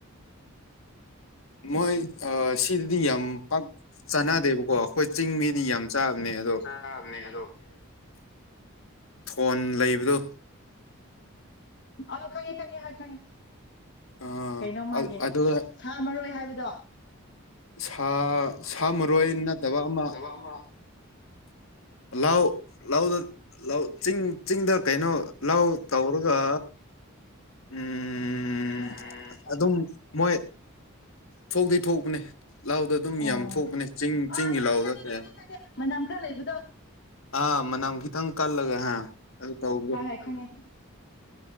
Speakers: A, on the left; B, on the left.
A: ꯃꯣꯏ ꯑ ꯁꯤꯗꯗꯤ ꯌꯥꯝ ꯄꯥꯛ ꯆꯥꯅꯗꯦꯕꯀꯣ ꯑꯈꯣꯏ ꯆꯤꯡ-ꯃꯤꯗꯤ ꯌꯥꯝ ꯆꯥꯕꯅꯦ ꯑꯗꯣ
B: ꯆꯕꯅꯦ ꯑꯗꯣ
A: ꯐꯣꯟ ꯂꯩꯕꯗꯨ
B: ꯈꯉ ꯈꯉ ꯍꯥꯏ ꯈꯉ
A: ꯑ
B: ꯀꯩꯅꯣ ꯃꯥꯒꯤ
A: ꯑꯗꯨꯗ
B: ꯁꯥ ꯃꯔꯣꯏ ꯍꯥꯏꯕꯗꯣ
A: ꯁꯥ ꯁꯥ ꯃꯔꯣꯏ ꯅꯠꯇꯕ ꯑꯃ
B: ꯋꯥꯃ
A: ꯂꯑꯣ ꯂꯧꯗ ꯂꯧ ꯆꯤꯡ ꯆꯤꯡꯗ ꯀꯩꯅꯣ ꯂꯧ ꯇꯧꯔꯒ ꯎꯝ
B: ꯎꯝ
A: ꯑꯗꯨꯝ ꯃꯣꯏ ꯊꯣꯛꯗ ꯊꯣꯛꯄꯅꯦ ꯂꯧꯗ ꯑꯗꯨꯝ
B: ꯑꯣ
A: ꯌꯥꯝ ꯊꯣꯛꯄꯅꯦ ꯆꯤꯡ
B: ꯑꯥ
A: ꯆꯤꯡꯒꯤ
B: ꯈꯪꯉꯦ
A: ꯂꯧꯗ
B: ꯈꯪꯉꯦ
A: ꯀꯦ
B: ꯈꯪꯉꯦ ꯈꯪꯉꯦ ꯃꯅꯝ ꯈꯔ ꯂꯩꯕꯗꯣ
A: ꯑꯥ ꯃꯅꯝ ꯈꯤꯇꯪ ꯀꯜꯂꯒ ꯍꯥꯏ ꯑꯗꯨ ꯇꯧꯒꯦ
B: ꯍꯥꯏꯥꯏꯈꯪꯉꯦ